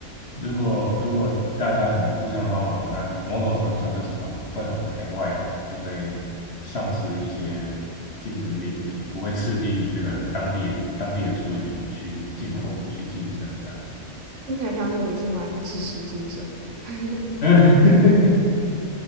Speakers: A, on the left; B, on the right.
A: 如果如果大家很互相帮忙，那某种程度上就是很会很排外嘛，就会丧失一些竞争力，就是不会刺激你这个当地当地的族群去进步、去竞争这样。
B: 听起来像是你是蛮支持竞争的，<laughs>
A: <laughs> 嗯，